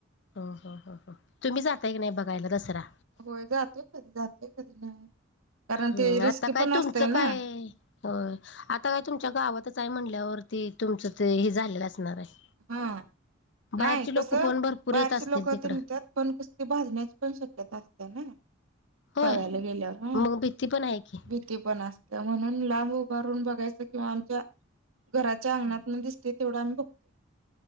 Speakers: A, on the left; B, on the right.
A: हो हो हो हो तुम्ही जाताय की नाही? बघायला दसरा,
B: होय जातोय कधी जातोय कधी नाही कारण
A: हम्म
B: ते रिस्की
A: आता काय
B: पण
A: तुमचं
B: असतय ना
A: काय हो आता काय तुमच्या गावातच काय म्हटल्यावरती तुमचं ते हे झालेलं असणार आहे.
B: हा
A: बाहेरची
B: नाही कसं
A: लोक पण भरपूर
B: बाहेरचे
A: येत असतील
B: लोक
A: तिकडं
B: तर नेतात पण कस ते भाजण्याची पण शक्यता असते. ना
A: होय
B: बघायला गेल्यावर ह
A: मग भीती पण आहे की
B: भीती पण असत म्हणून लांब उभारून बघायचं किंवा आमच्या घराच्या अंगणात न दिसते तेवढं आम्ही बघतोय.